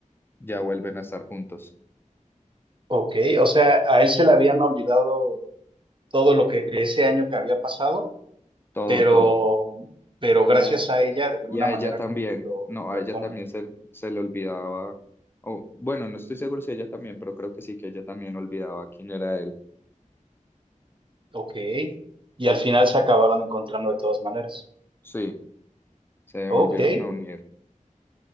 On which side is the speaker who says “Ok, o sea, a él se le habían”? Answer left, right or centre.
Right